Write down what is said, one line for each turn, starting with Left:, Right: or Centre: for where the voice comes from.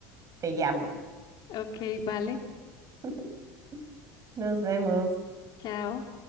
Right: te llamo.
Left: Ok, vale,
Right: <laughs> Nos vemos.
Left: chao.